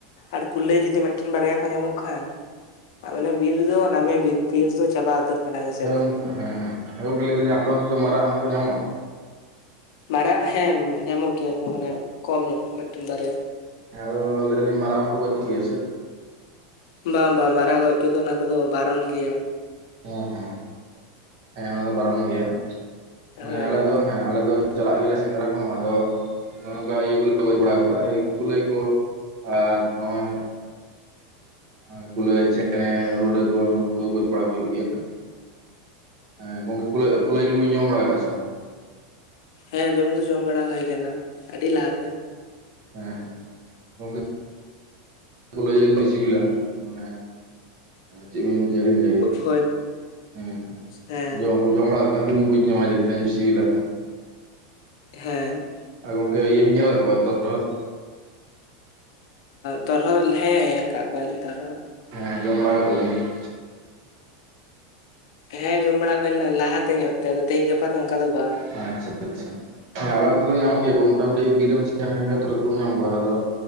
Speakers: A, on the left; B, on the right.
A: ᱟᱨ ᱠᱩᱞᱟᱹᱭ ᱡᱩᱫᱤ ᱢᱤᱫᱴᱮᱱ ᱵᱟᱨᱭᱟ ᱠᱚ ᱧᱟᱢᱚᱜ ᱠᱷᱟᱱ ᱟᱵᱮᱱᱮ ᱵᱤᱨ ᱫᱚ ᱱᱟᱢᱮ ᱵᱤᱨ ᱵᱤᱨ ᱫᱚ ᱪᱟᱵᱟ ᱩᱛᱟᱹᱨ ᱠᱟᱱᱟ ᱟᱞᱮ ᱥᱮᱫ
B: ᱦᱮᱸ ᱜᱚᱝᱠᱮ,
A: ᱫᱚ
B: ᱦᱮᱸ ᱜᱚᱝᱠᱮ ᱞᱟᱹᱭ ᱫᱟᱹᱞᱤᱧ ᱟᱯᱮ ᱚᱱᱛᱮ ᱫᱚ ᱢᱟᱨᱟᱜ ᱦᱚᱸᱠᱚ ᱧᱟᱢᱚᱜᱼᱟ
A: ᱢᱟᱨᱟᱜ ᱦᱮᱸ, ᱧᱟᱢᱚᱜ ᱜᱮᱭᱟ ᱠᱚ ᱾ᱢᱟᱱᱮ ᱠᱚᱢ ᱧᱚᱜ ᱢᱤᱫᱴᱮᱱ ᱵᱟᱨᱭᱟ
B: ᱦᱮᱸ ᱟᱫᱚ ᱞᱟᱹᱭ ᱟᱹᱞᱤᱧ ᱢᱟᱨᱟᱜ ᱦᱚᱸᱠᱚ ᱜᱚᱡᱽ ᱠᱚᱜᱮᱭᱟ ᱥᱮ
A: ᱵᱟᱝ ᱵᱟᱝ ᱢᱟᱨᱟᱜ ᱜᱚᱡ ᱠᱚᱫᱚ ᱚᱱᱟ ᱠᱚᱫᱚ ᱵᱟᱨᱚᱱ ᱜᱮᱭᱟ᱾
B: ᱦᱮᱸ ᱦᱮᱸ ᱦᱮᱸ ᱚᱱᱟ ᱫᱚ ᱵᱟᱨᱚᱱ ᱜᱮᱭᱟ
A: ᱦᱳᱭ
B: ᱢᱟᱱᱮ ᱟᱞᱮ ᱫᱚ ᱟᱞᱮ ᱫᱚ ᱪᱟᱞᱟᱜ ᱜᱮᱞᱮ ᱥᱮᱸᱫᱽᱨᱟ ᱠᱚᱦᱚᱸ ᱟᱫᱚ ᱱᱚᱜᱼ ᱱᱚᱝᱠᱟ ᱤᱭᱟᱹ ᱠᱚᱞᱮ ᱜᱚᱡ ᱵᱟᱲᱟ ᱠᱚᱣᱟ ᱜᱩᱞᱟᱹᱭ ᱠᱚ ᱟᱨ ᱱᱚᱜᱼᱚᱭ ᱟ ᱠᱩᱞᱟᱹᱭ ᱪᱮᱸᱬᱮ ᱨᱩᱰᱟᱹ ᱠᱚ ᱱᱩᱠᱩ ᱠᱚ ᱜᱚᱡᱽ ᱵᱟᱲᱟ ᱦᱳᱭᱳᱜ ᱜᱮᱭᱟ᱾ ᱦᱮᱸ ᱜᱚᱝᱠᱮ ᱠᱩᱞᱟᱹᱭ, ᱠᱩᱞᱟᱹᱭ ᱡᱤᱞ ᱡᱚᱢ ᱵᱟᱲᱟ ᱟᱜ ᱥᱮ ᱵᱟᱝ?
A: ᱦᱮᱸ ᱡᱚᱢ ᱫᱚ ᱡᱚᱢ ᱵᱟᱲᱟ ᱦᱩᱭ ᱟᱠᱟᱱᱟ᱾ ᱟᱹᱰᱤ ᱞᱟᱦᱟᱛᱮ
B: ᱦᱮᱸ ᱜᱚᱝᱠᱮ ᱠᱩᱞᱟᱹᱭ ᱡᱤᱞ ᱜᱮ ᱥᱤᱵᱤᱞᱟ ᱢᱟᱱᱮ ᱪᱮᱫ ᱵᱤᱱ ᱞᱟᱹᱭᱟ
A: ᱦᱳᱭ
B: ᱦᱮᱸ
A: ᱦᱮᱸ
B: ᱡᱚᱢ ᱧᱩ ᱡᱚᱢ ᱵᱟᱲᱟᱜ ᱠᱟᱱ ᱵᱤᱱ ᱵᱩᱡᱽ ᱧᱟᱢᱟ ᱡᱮ ᱛᱤᱱᱟᱹᱜ <inaudible> ᱥᱤᱵᱤᱞᱟ᱾
A: ᱦᱮᱸ
B: ᱟᱨ ᱜᱚᱝᱠᱮ ᱤᱭᱟᱹᱵᱮᱱ ᱧᱮᱞ ᱟᱠᱟᱫ ᱠᱚᱣᱟ ᱛᱚᱨᱦᱚᱫ
A: ᱛᱚᱨᱦᱚᱫ ᱦᱮᱸ ᱧᱮᱞ ᱟᱠᱟᱫ ᱠᱚᱣᱟᱞᱤᱧ ᱛᱚᱨᱦᱚᱜ
B: ᱦᱮᱸ, ᱡᱚᱢ ᱵᱟᱲᱟ <inaudible>
A: ᱦᱮᱸ ᱡᱚᱢ ᱵᱟᱲᱟ ᱦᱩᱭ ᱞᱮᱱᱟ, ᱞᱟᱦᱟᱛᱮ ᱧᱚᱜ ᱛᱮ ᱟᱫᱚ ᱛᱮᱦᱤᱧ ᱜᱟᱯᱟ ᱫᱚ ᱚᱱᱠᱟ ᱫᱚ ᱵᱟᱝ
B: ᱟᱪᱪᱷᱟ ᱟᱪᱪᱷᱟ ᱦᱮᱸ ᱟᱞᱮ ᱚᱱᱛᱮ ᱫᱚ ᱧᱟᱢᱚᱜ ᱜᱮᱭᱟ ᱠᱚ, ᱢᱚᱴᱟᱢᱩᱴᱤ ᱵᱤᱨ ᱨᱮ ᱥᱮᱱ ᱞᱮᱠᱷᱟᱱ ᱜᱮ ᱛᱚᱨᱦᱚᱫ ᱮᱢ ᱧᱟᱢ ᱠᱚᱣᱟ ᱟᱫᱚ